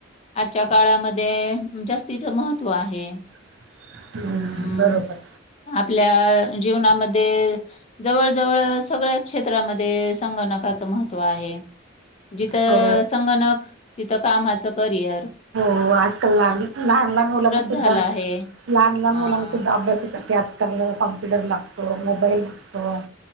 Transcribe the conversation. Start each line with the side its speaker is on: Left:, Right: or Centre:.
Left: आजच्या काळामध्ये जास्तीचं महत्त्व आहे हे
Right: <inaudible>
Left: हम्
Right: बरोबर
Left: आपल्या जीवनामध्ये जवळ जवळ सगळ्या क्षेत्रामध्ये संगणकाचं महत्त्व आहे जिथं
Right: हो
Left: संगणक तिथं कामाचं करिअर
Right: हो आजकाल लहान लहान लहान मुलांना सुद्धा
Left: झाला आहे.
Right: लहान लहान
Left: हां.
Right: मुलांना सुद्धा अभ्यासासाठी आज त्यांना कॉम्प्युटर लागतो मोबाईल लागतो